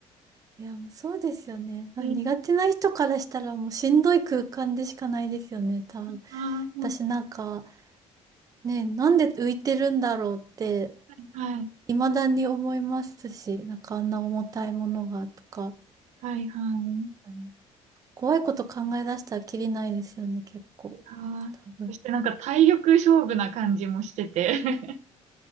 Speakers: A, on the right; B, on the right.
A: いや、もうそうですよね。まあ苦手な人からしたらもうしんどい空間でしかないですよね、
B: うん
A: 多分。
B: あー本
A: 私なんか、ね、なんで浮いてるんだろうって、
B: 当にはい、
A: 未だに思いますし、なんかあんな重たいものがとか、
B: はい、はい。
A: ね怖いこと考え出したらきりないですよね、結構。
B: あーそしてなんか体力勝負な感じもしてて。
A: 多分。
B: <laughs>